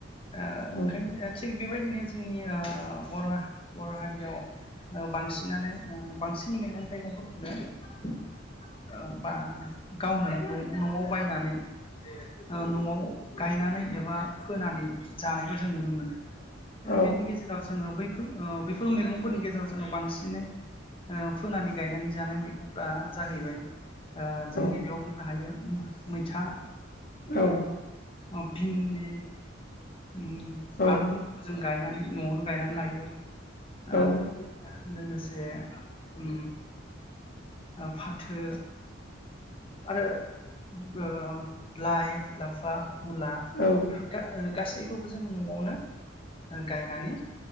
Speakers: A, on the left (about 30°); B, on the left (about 50°).
A: दा
B: औ
A: ओंखायनो थिग बेबायदिनो जोंनि आ बर' बर' हारियाव बांसिनानो ओ बांसिन मैगं-थाइगंफोरखौनो ओ बा गावनो न'आव बायनानै ओ न'आव गायनानै एबा बा फोनानै जानायखौ जों नुनो मोनो
B: औ
A: बेनि गेजेराव जोङो बैफोर ओ बेफोर मैगंफोरनि गेजेराव जोङो बांसिनै ओ फोनानै गायनानै जानाय बा जाहैबाय ओ जों
B: औ
A: गिबियाव बुंनो हायो उम मैथा
B: औ
A: ओ भिनदि उम ओ
B: औ
A: आलुफोरखौबो जों गायनानै न'आवनो गायनानै लायो ओ
B: औ
A: लोगोसे उम ओ फाथो आरो ओ लाइ लाफा मुला
B: औ
A: बेफोर गा- गासैबो गासैखौबो जोङो न'आवनो गायनानै